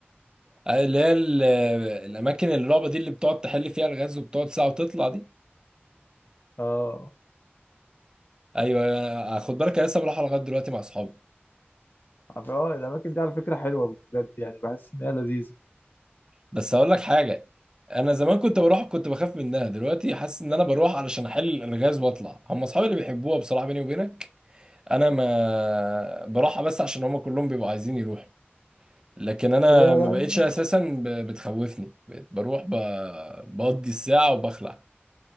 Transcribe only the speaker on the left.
اه
عارف- اه الاماكن دي على فكره حلوه بجد يعني بحس ان هي لذيذه
هي
يعني